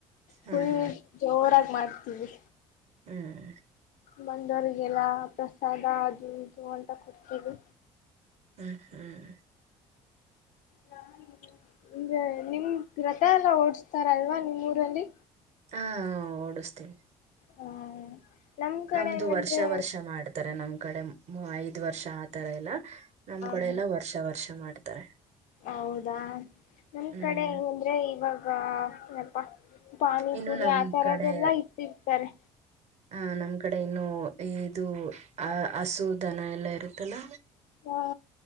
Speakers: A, on the left (about 60°); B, on the right (about 50°).
A: ಫುಲ್
B: ಹ್ಮ್ ಹ್ಮ್
A: ಜೋರ ಮಾಡ್ತೀವಿ
B: ಹ್ಮ್
A: ಬಂದೋರಿಗೆಲ್ಲ ಪ್ರಸಾದ ಅದು ಇದು ಅಂತ ಕೊಡ್ತ ಇದು
B: ಹ್ಮ ಹ್ಮ್
A: ಹಾ ನಿಮ್ ಅಂದ್ರೆ ರರಥ ಎಲ್ಲ ಓಡ್ಸ್ತಾರ ಅಲ್ವಾ ನಿಮ್ ಊರಲ್ಲಿ
B: ಹಾ ಓಡುಸ್ತಿವಿ
A: ಹ ನಮ್ ಕಡೆ
B: ನಮ್ದು
A: ಹೆಂಗಂದ್ರೆ
B: ವರ್ಷ ವರ್ಷ ಮಾಡ್ತಾರೆ ನಮ್ ಕಡೆ ಐದ್ ವರ್ಷ ಆತರ ಇಲ್ಲ ನಮ್ ಕಡೆ
A: ಹ
B: ಎಲ್ಲಾ ವರ್ಷ ವರ್ಷ ಮಾಡ ಮಾಡ್ತಾರೆ
A: ಹೌದಾ ನಮ್
B: ಹ್ಮ್
A: ಕಡೆ ಹೆಂಗಂದ್ರೆ ಇವಾಗ ಏನಪ್ಪಾ, ಪಾನಿಪುರಿ
B: ಇನ್ನು ನಮ್
A: ಆ ತರದೆಲ್ಲಾ
B: ಕಡೆ
A: ಇಟ್ಟಿರ್ತಾರೆ.
B: ಆ ನಮ್ ಕಡೆ ಇನ್ನು ಇದು ಹಸು ದನ ಎಲ್ಲ ಇರುತ್ತಲ್ಲ,
A: ಹ